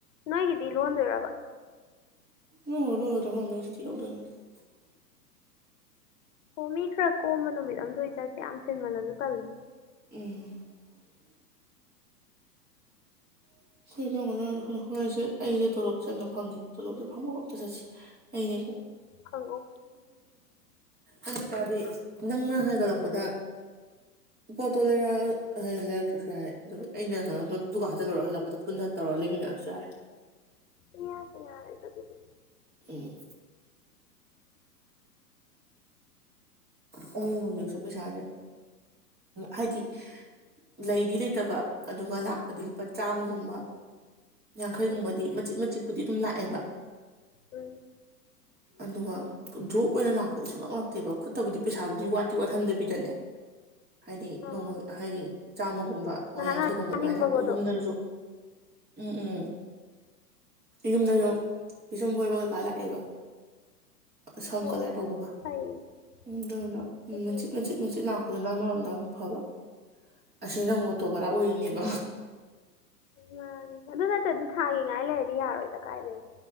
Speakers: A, on the left (about 50°); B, on the right (about 20°).
A: ꯅꯣꯏꯒꯗꯤ ꯂꯣꯟꯗꯣꯏꯔꯕꯔꯕ
B: <unintelligible>
A: ꯍꯣ ꯃꯤ ꯈꯔ ꯀꯣꯝꯕ ꯅꯨꯃꯤꯠ ꯑꯝꯗ ꯑꯣꯏ ꯆꯠꯁꯦ ꯌꯥꯝ ꯁꯤꯟꯃꯜꯂꯁꯨ ꯇꯜꯂꯦ
B: ꯑꯦ <unintelligible> ꯍꯣꯏꯁꯦ ꯑꯩꯁꯦ ꯇꯣꯂꯞꯁꯦꯝ ꯐꯪꯒꯦ ꯇꯣꯂꯣꯞꯁꯦ ꯐꯪꯕꯒ ꯑꯝꯇ ꯆꯠꯁꯤ <unintelligible> ꯑꯗꯨ
A: ꯍꯪꯉꯣ
B: ꯑꯣꯏꯇꯥꯔꯗꯤ ꯅꯪꯅ ꯍꯥꯏꯒꯠꯂꯛꯄꯗ ꯄꯣꯠꯇꯣ ꯂꯩꯔ ꯂꯩꯔꯛꯇ꯭ꯔꯁꯨ ꯌꯥꯔꯦ ꯑꯗꯨ ꯑꯩꯅ ꯀꯩꯅꯣꯗ ꯗꯨꯀꯥꯟ ꯆꯠꯂꯨꯔ ꯍꯜꯂꯛꯄ ꯄꯨꯅ ꯇꯧꯔ ꯂꯩꯃꯤꯟꯅꯔꯁꯨ ꯌꯥꯔꯦ
A: ꯏꯌꯥꯇꯥ ꯌꯥꯔꯦ ꯑꯗꯨꯗꯤ
B: ꯎꯝ ꯍꯣꯡꯖꯤꯛꯁꯨ ꯄꯩꯁꯥꯁꯦ ꯍꯥꯏꯗꯤ ꯂꯩꯗꯤ ꯂꯩꯇꯕ ꯑꯗꯨꯒ ꯂꯥꯛꯄꯗꯤ ꯂꯨꯄꯥ ꯆꯥꯝꯃꯒꯨꯝꯕ ꯌꯥꯡꯈꯩꯒꯨꯝꯕꯗꯤ
A: ꯎꯝ
B: ꯃꯆꯤꯠ ꯃꯆꯤꯠ ꯗꯤ ꯑꯗꯨꯝ ꯂꯥꯛꯑꯦꯕ
A: ꯎꯝ
B: ꯑꯗꯨꯒ ꯖꯣꯞ ꯑꯣꯏꯅ ꯂꯥꯛꯄ ꯁꯨꯡꯂꯛꯂꯛꯇꯦꯕ ꯈꯨꯠꯇꯕꯨꯗꯤ ꯄꯩꯁꯥꯕꯨꯗꯤ ꯋꯥꯠꯇꯤ ꯋꯥꯠꯍꯟꯗꯕꯤꯗꯅꯦ ꯍꯥꯏꯗꯤ
A: ꯑꯥ
B: ꯅꯣꯡꯃ ꯍꯥꯏꯗꯤ ꯆꯝꯃꯒꯨ ꯍꯣꯏ
A: ꯉꯥꯏꯍꯥꯛ
B: ꯌꯥꯡꯈꯩꯒꯨꯝꯕ
A: ꯉꯥꯏꯍꯥꯛ ꯆꯥꯅꯤꯡꯕꯒꯗꯣ
B: ꯑꯗꯨꯃꯥꯏꯅ ꯂꯥꯛꯄ ꯌꯨꯝꯗꯖꯨ ꯎꯝ ꯎꯝ ꯌꯨꯝꯗꯁꯨ ꯄꯤꯁꯨꯝ ꯐꯣꯏꯕ ꯀꯩꯀꯥ ꯂꯥꯛꯑꯦꯕ ꯁꯝ
A: ꯑꯣ
B: ꯀꯂꯔ
A: ꯑꯣ
B: ꯇꯧꯕꯒ
A: ꯐꯩꯌꯦ ꯑꯗꯨ
B: ꯑꯗꯨꯗꯨꯅꯥ
A: ꯑꯗꯨ
B: ꯃꯆꯤꯠ
A: ꯐꯩꯌꯦ
B: ꯃꯆꯤꯠ ꯃꯆꯤꯥꯠ ꯂꯛ ꯂꯥꯛꯄꯗꯨꯅ ꯑꯃꯔꯣꯝꯗ ꯑꯃꯨꯛ ꯐꯕ ꯑꯁꯤ
A: ꯎꯝ
B: ꯅꯪ ꯑꯃꯨꯛ ꯑꯣꯇꯣ ꯚꯔꯥ ꯑꯣꯏꯔꯤꯅꯦ <unintelligible>
A: ꯃꯅꯤ ꯑꯗꯨ ꯅꯠꯇ꯭ꯔꯗꯤ ꯊꯥꯒꯤ ꯉꯥꯏ ꯂꯩꯔꯗꯤ ꯌꯥꯔꯔꯣꯏꯗ ꯀꯥꯏꯗꯩꯅꯣ